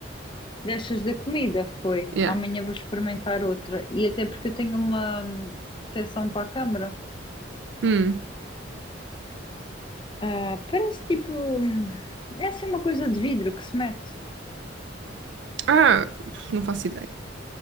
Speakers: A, on the left (about 25°); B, on the right (about 70°).
A: Destas da comida foi.
B: Yeah.
A: Amanhã vou experimentar outra. E até porque eu tenho uma hum, proteção para a câmara.
B: Hum.
A: Ah, parece tipo. hum, É assim uma coisa de vidro que se mete.
B: Ah, não faço ideia.